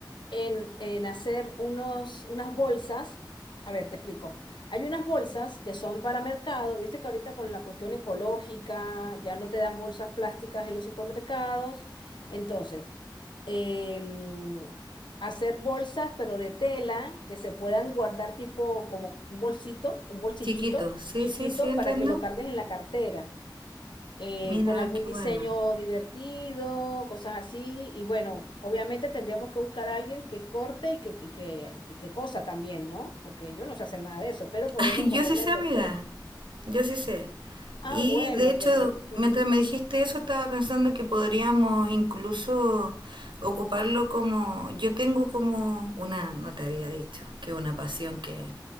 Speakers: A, on the left; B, on the right.
A: en, en hacer unos, unas bolsas. A ver, te explico. Hay unas bolsas que son para mercado. Viste que ahorita con la cuestión ecológica ya no te dan bolsas plásticas en los supermercados. Entonces, em, hacer bolsas, pero de tela, que se puedan guardar tipo como un bolsito, un bolsillito
B: chiquito, sí,
A: chiquito
B: sí, sí, entiendo.
A: para que lo cargues en la cartera eh,
B: Mira,
A: con algún
B: qué
A: diseño
B: bueno.
A: divertido, cosas así. Y bueno, obviamente tendríamos que buscar a alguien que corte y que, y que, y que cosa también, ¿no? Porque yo no sé hacer nada de eso, pero podremos
B: <laughs>
A: poner
B: Yo sí
A: la
B: sé,
A: inversión.
B: amiga. Yo sí sé.
A: Ah,
B: Y
A: bueno,
B: de hecho,
A: pero sí.
B: mientras me dijiste eso, estaba pensando que podríamos incluso ocuparlo como... Yo tengo como una, no te había dicho, que una pasión que,